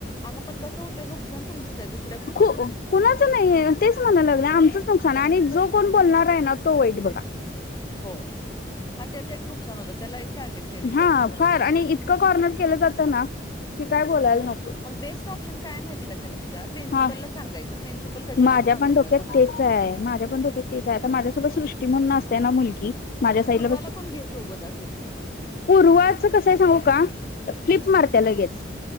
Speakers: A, on the left (about 20°); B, on the left (about 50°).
A: अग पण कसं होतय नुकसान तुमचंच आहे दु
B: ख कुणाच नाहीय तेच म्हणायला लागलं आमचच नुकसान आहे आणि जो कोण बोलणार आहे ना तो वाईट बघा.
A: हो हा त्याचं एक नुकसान होत त्याला एक टार्गेट केलं
B: हा
A: जातं परत.
B: फार आणि इतकं कॉर्नर केलं जातं ना कि काय बोलायला नको.
A: मग बेस्ट ऑप्शन काय माहिती का तनिष्का प्रिन्सिपलला
B: हा
A: सांगायचं. प्रिन्सिपल कधी नाव
B: माझ्या
A: सांगत
B: पण डोक्यात
A: नाही कोणाचं
B: तेच आहे, माझ्या पण डोक्यात तेच आहे आता माझ्यासोबत सृष्टी म्हणून असते ना मुलगी माझ्या साईडला
A: पूर्वाला पण घे सोबत अस
B: पूर्वाच कसंय सांगू का फ्लिप मारते लगेच.